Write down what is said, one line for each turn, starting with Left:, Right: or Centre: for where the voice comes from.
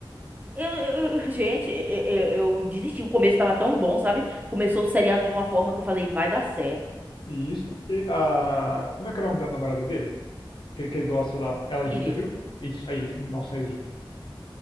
Right: Eu- eu- eu- <laughs> gente, eu, eu eu desisti. O começo tava tão bom, sabe? Começou o seriado de uma forma que eu falei, vai dar certo.
Left: E isso porque a. Como é que é o nome da namorada dele? Que, ele- que ele gosta lá. Ela irrita,
Right: Íris.
Left: viu? Isso, a Iris. Nossa, ela irrita.